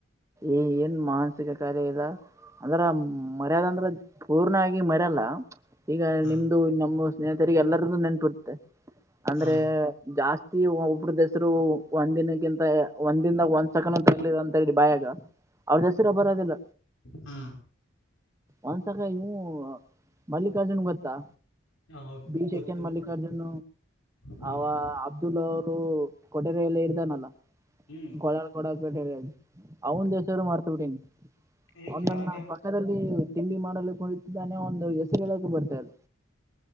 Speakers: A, on the right; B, on the left.
A: ಏ ಏನ್ ಮಾನಸಿಕ ಕಾರ್ಯ ಇಲ್ಲ. ಅಂದ್ರ ಮರ್ಯದ ಅಂದ್ರ ಪೂರ್ಣ ಆಗಿ ಮರ್ಯಲ್ಲ. ಈಗ
B: ಹ್ಮ
A: ನಿಮ್ದು ನಮ್ಮ ಸ್ನೇಹಿತರಿಗೆ ಎಲ್ಲರ್ದು <unintelligible> ಅಂದ್ರೆ
B: ಹ್ಮ್
A: ಜಾಸ್ತಿ ಒಬ್ರ ದಸರು ಒಂದಿನಕ್ಕಿಂತ ಒಂದಿನದಾಗ ಒಂದ ಸಕಣಲ್ಲಿ ಅಂತ ಹೇಳಿ ಬಾಯಾಗ ಅವ್ರ ಹೆಸರು ಬರೋದಿಲ್ಲ.
B: ಹಾ
A: ಒಂದ್ಸಕ ಇವು ಮಲ್ಲಿಕಾರ್ಜುನ್ ಗೊತ್ತಾ.
B: ಹಾ
A: ಬಿ ಸೆಕ್ಷನ್
B: ಗೊತ್ತು.
A: ಮಲ್ಲಿಕಾರ್ಜುನ್
B: ಹ್ಮ್
A: ಅವ ಅಬ್ದುಲ್ಲಾ ಅವರು ಕೊಟರೆ ಎಲ್ಲ ಇರ್ತಾನಲ್ಲ
B: ಹ್ಮ್
A: ಕೋಲಾರ್ ಕೊಡೇಟ ಅವನ್ ದಸರು ಮಾಡ್ತ ಬಿಟ್ಟನ್
B: ಏಕೆ
A: ಅವನ ನನ್ನ
B: ಹಾಗೆ
A: ಪಕ್ಕದಲ್ಲಿ. ತಿಂಡಿ ಮಾಡಲುಕ್ಕೆ ಕುತಿದ್ದಾನೆ ಒಂದು ಹೆಸರುಡಕ ಬರ್ತೆ ಅದು.